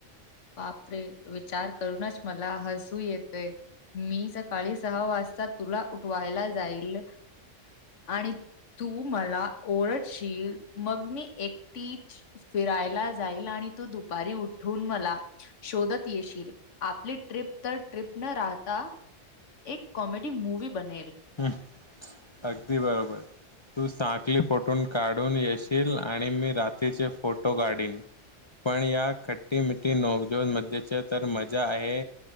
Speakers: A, on the left; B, on the left.
A: बापरे विचार करूनच मला हसू येतय. मी सकाळी सहा वाजता तुला उठवायला जाईल आणि तू मला ओरडशील मग मी एकटीच फिरायला जाईल आ नी तु दुपारी उठून मला शोधत येशील आपली ट्रिप तर ट्रिप न राहता. एक कॉमेडी मूवी बनेल.
B: ह अगदी बरोबर. तू साांखली फोटो काढून येशील आणि मी रात्रीचे फोटो काढीन पण या खट्टी मिठी नोकजो मच्या तर मजा आहे.